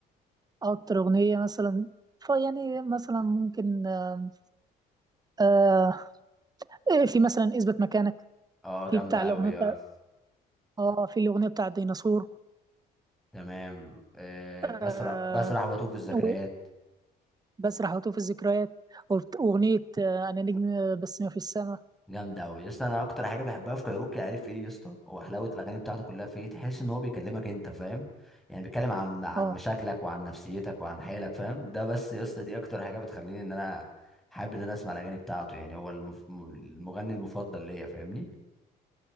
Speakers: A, on the right; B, in the centre.
A: أكتر أغنية مثلا فيعني مثلا ممكن آه آه، إيه في مثلا اثبت مكانك
B: اه
A: في
B: جامده
A: بتاع الأغنية
B: قوي
A: بتاع
B: اه
A: آه في الأغنية بتاع الديناصور
B: تمام آه
A: آه
B: بسرح بسرح واتوه في الذكريات
A: و- بسرح وأتوه الذكريات وبت- وأغنية آه أنا نجم آه، بس ما في السماء
B: جامدة أوي يا اسطى أنا أكتر حاجة بحبها في كايروكي عارف إيه يا اسطى هو حلاوة الأغاني بتاعته كلها في إيه تحس إن هو بيكلمك أنت فاهم يعني بيتكلم عن عن
A: آه
B: مشاكلك وعن نفسيتك وعن حالك فاهم ده بس يا اسطى دي أكتر حاجة بتخليني إن أنا حابب إن أنا أسمع الأغاني بتاعته يعني هو المف... م- المغني المفضل ليا فاهمني